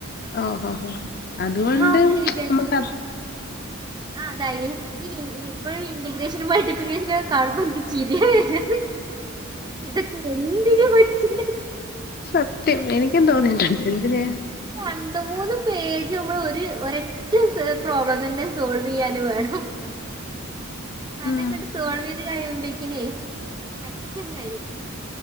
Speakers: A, on the left (about 45°); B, on the right (about 20°).
A: ഓഹോ ഹോ അതുകൊണ്ട്
B: അങ്ങനെ വിചാരിക്കും
A: നമ്മുക്ക്
B: ഇപ്പൊ
A: അ
B: ആ അതായിഈ ഇപ്പഴും ഇന്റിഗ്രേഷൻ ആയിട്ട് ഇൻ്റിഗ്രേഷൻ കാണുമ്പോ എനക് ചിരിയ വരിക ഇതൊക്കെ എന്തിന പോയി <unintelligible>
A: സത്യം എനിക്കും തോന്നിട്ടുണ്ട് എന്തിന്
B: രണ്ട് മൂന്ന് പേജ് നമ്മള് ഒരു ഒരൊറ്റ സ് പ്രോബ്ലം തന്നെ സോൾവ് ചെയ്യാന് വേണം അത്
A: ആഹ്
B: ഇങ്ങോട്ട് സോൾവ് ചെയ്ത് കഴിയുമ്പോഴേക്കില് അറ്റൻ കഴിയും